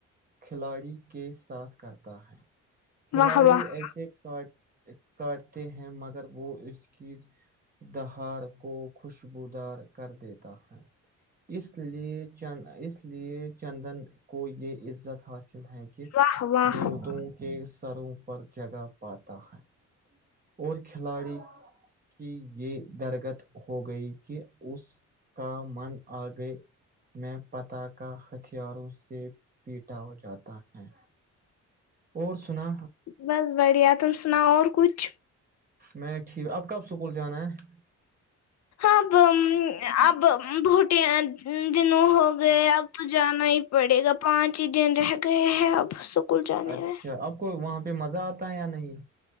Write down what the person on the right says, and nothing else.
کھلاڑی کے ساتھ کرتا ہے کھلاڑی
ایسے کاٹ کاٹتے ہیں مگر وہ اس کی دہار کو خوشبودار کر دیتا ہے اس لیے چ اس لیے چندن کو یہ عزت حاصل ہے
دیوتوں کے ستروں پر جگا پاتا ہے اور کھلاڑی کی یہ درگت ہو گئی کہ اس کا من آ گے میں پتا کاا ہتھیاروں سے پیٹا ہو جاتا ہے اور سنا
میں ٹھیک اب کب اسکول جانا ہے
اچھا
اب کو وہاں پہ مزہ آتا ہے یا نہیں